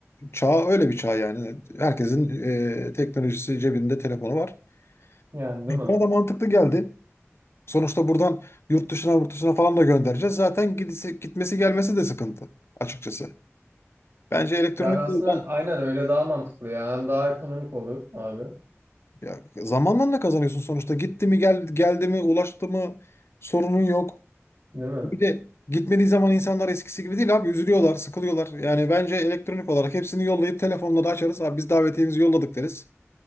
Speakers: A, on the left; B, on the right.
A: Çağ öyle bir çağ yani. Herkesin e, teknolojisi cebinde telefonu var.
B: Yani değil
A: Bana
B: mi?
A: da mantıklı geldi. Sonuçta buradan yurt dışına yurt dışına falan da göndereceğiz. Zaten gidisi, gitmesi gelmesi de sıkıntı açıkçası. Bence elektronik
B: Yani aslında
A: yoldan
B: aynen öyle daha mantıklı ya. Hem daha ekonomik olur abi.
A: ya, zamanla da kazanıyorsun sonuçta. Gitti mi gel, geldi mi ulaştı mı sorunun yok.
B: Değil mi?
A: Bir de gitmediği zaman insanlar eskisi gibi değil abi üzülüyorlar, sıkılıyorlar. Yani bence elektronik olarak hepsini yollayıp telefonla da açarız. Abi biz davetiyemizi yolladık deriz.